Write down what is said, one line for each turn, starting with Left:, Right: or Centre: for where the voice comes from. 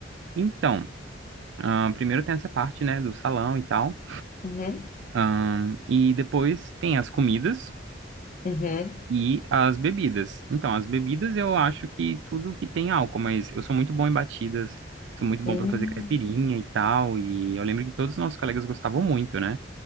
Right: Então, ahn, primeiro tem essa parte, né, do salão e tal.
Left: Uhum,
Right: Ahn, e depois tem as comidas.
Left: uhum,
Right: E as bebidas. Então, as bebidas eu acho que tudo que tem álcool, mas eu sou muito bom em batidas, sou muito
Left: hum,
Right: bom para fazer caipirinha e tal. E eu lembro que todos os nossos colegas gostavam muito, né?